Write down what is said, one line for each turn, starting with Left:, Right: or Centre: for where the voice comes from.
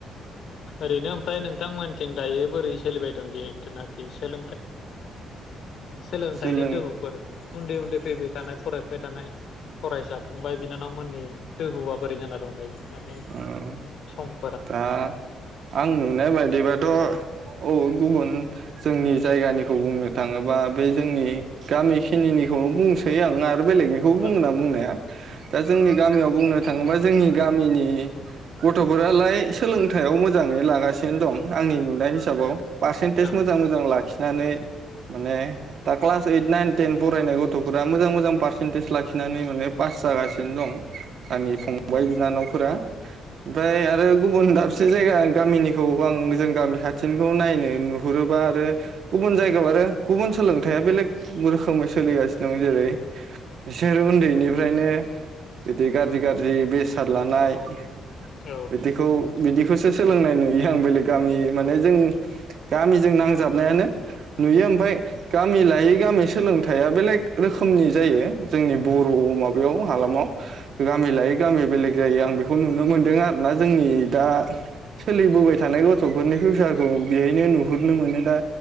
Left: ओरैनो ओमफ्राय नोंथांमोनथिं दायो बोरै सोलिबाय दों जिहेथुनाखि सोलोंथाइ सोलोंथाइनि
Right: सोलों
Left: दोहौफोर उन्दै उन्दै फैबाय थानाय फरायफुबाय थानाय फरायसा फंबाय बिनानावमोननि दोहौआ बोरै जाना दं दायो माने
Right: ओ
Left: सम
Right: दा आं नुनाय बायदिबाथ अ गु गुबुन जोंनि जायगानिखौ बुंनो थाङोबा बे जोंनि गामि खिनिनिखौ बुंसै आं ना आरो बेलेगनिखौबो
Left: औ
Right: बुंगोन आं बुंनाया। दा जोंनि गामियाव बुंनो थाङोबा जोंनि गामिनि नि गथ'फोरालाय सोलोंथायाइयाव मोजाङै लागासिनो दं आंनि नुनाय हिसाबाव पारसेन्टेज
Left: औ
Right: मोजां मोजां लाखि नानै माने दा क्लास ओइट नाइन टेन फरायनाय गथफोरा मोजां मोजां पारसेन्टेज लाखिनानै माने पास जागासिनो दं। आंनि फंबाय बिनानाव फोरा ओमफ्राय आरो गुबुन दाबसे जायगा गामिनिखौ आं जों गामि खाथिनिखौ नायनो नुहुरोबा आरो गुबुन जायगायाव आरो गुबुन सोलोंथाया बेलेग रोखोमै सोलिगासिनो दं जेरै बिसोर उन्दैनिफ्रायनो बिदि गारजि गारजि बेसाद लानाय <inaudible>
Left: औ
Right: बिदिखौ बिदिखौसो सोलोंनाय नुयो आं बेलेग गामि माने जों गामिजों नांजाबनायानो नुयो ओमफ्राय गामि लायै गामि सोलोंथाइया बेलेग रोखोमनि जायो जोंनि बर'
Left: उम
Right: माबायाव हालामाव। गामि लायै
Left: औ
Right: गामि बेलेग जायो आं बे खौ नुनो मोनदों आरोना जोंनि दा सोलिबोबाय थानाय गथफोरनि फिउसारखौ बेहायनो नुहुरनो मोनो दा।